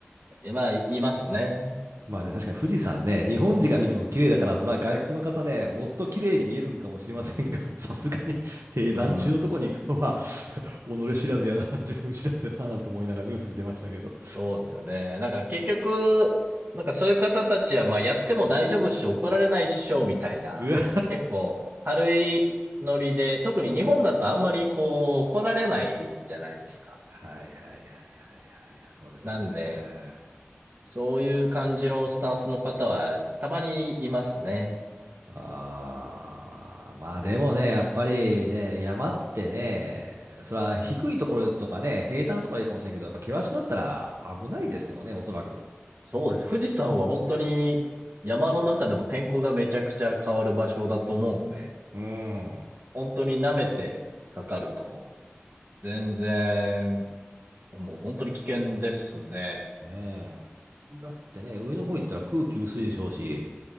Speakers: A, on the right (about 50°); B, on the right (about 80°).
A: まあ、いますね。
B: まあね、確かに富士山ね、日本人が見ても綺麗だから、それは外国の方ね、もっと綺麗に見えるんかもしれませんが、<laughs> さすがに閉山中のとこに行くのは
A: うん。
B: <laughs> 己知らずやな、自分知らずやな、なんて思いながらニュース見てましたけど。
A: そうですよね。なんか結局、なんかそういう方たちは、まあやっても大丈夫っしょ、怒られないっしょ、みたいな。
B: うわ
A: 結構、軽いノリで、特に日本だとあんまりこう、怒られないじゃないですか。
B: はいはいはいはいはい、そうですよね。
A: なんで、そういう感じのスタンスの方は、たまにいますね。
B: ああ、まあでもね、やっぱりね、山ってね、それは低いところとかね、平坦なところはいいかもしれんけど、やっぱ険しくなったら危ないですよね、おそらく。
A: そうです。富士山は本当に山の中でも天候がめちゃくちゃ変わる場所だと思うんで、
B: うん。ね
A: 本当に舐めてかかると、全然、もう本当に危険ですね。
B: え。だってね、上の方行ったら空気薄いでしょうし、